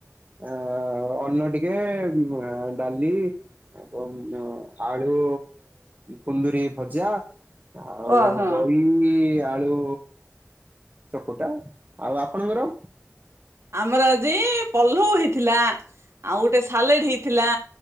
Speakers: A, on the right; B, on the right.
A: ଆ ଅନ୍ନ ଟିକେ ଡାଲି ଆପ ଆଳୁ କୁନ୍ଦୁରି ଭଜା ଆଉ
B: ଓ ହଁ।
A: ଦଇ ଆଳୁ ଚକୁଟା ଆଉ ଆପଣଙ୍କର
B: ଆମର ଆଜି ପଲ୍ଲଉ ହେଇଥିଲା ଆଉ ଗୋଟେ ସାଲେଡ ହେଇଥିଲା।